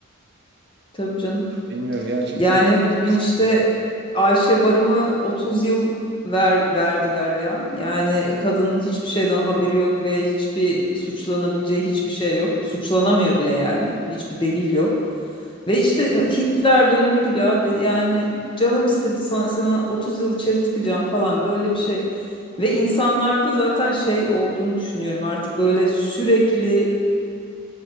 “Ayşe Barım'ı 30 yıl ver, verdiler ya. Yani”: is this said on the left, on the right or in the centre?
Left